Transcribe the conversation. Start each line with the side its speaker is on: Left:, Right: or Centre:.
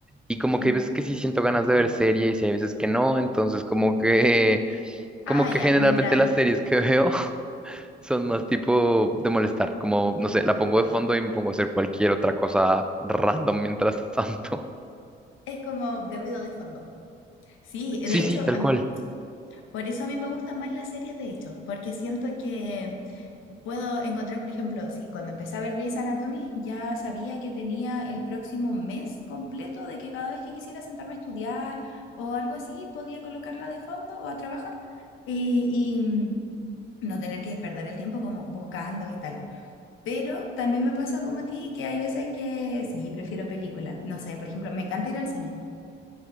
Centre: Y como
Left: Ujú.
Centre: que hay veces que sí siento ganas de ver series y hay veces que no. Entonces, como que,
Left: Ah,
Centre: como
Left: ya,
Centre: que generalmente
Left: mientras
Centre: las series que veo <laughs> son más tipo de molestar, como, no sé, la pongo de fondo y me pongo a hacer cualquier otra cosa random mientras tanto. <laughs>
Left: Es como de ruido de fondo. Sí, de
Centre: Sí,
Left: hecho,
Centre: sí, tal
Left: am-
Centre: cual.
Left: por eso a mí me gustan más las series, de hecho, porque siento que puedo encontrar, por ejemplo, si cuando empecé a ver Grey's Anatomy, ya sabía que tenía el próximo mes completo de que cada vez que quisiera sentarme a estudiar o algo así, podía colocarla de fondo o a trabajar y, y, mm, no tener que perder el tiempo como buscando y tal. Pero también me pasa como a ti que hay veces que sí, prefiero películas. No sé, por ejemplo, me encanta ir al cine